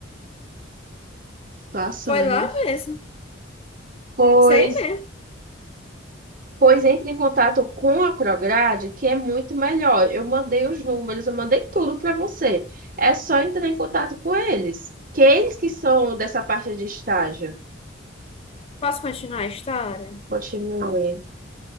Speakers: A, on the right (about 45°); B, on the left (about 30°).
A: Passou,
B: Foi
A: hein,
B: lá
A: minha filha?
B: mesmo.
A: Pois,
B: Sei mesmo.
A: pois entre em contato com a Prograde, que é muito melhor. Eu mandei os números, eu mandei tudo para você. É só entrar em contato com eles, que é eles que são dessa parte de estágio.
B: Posso continuar a história?
A: Continue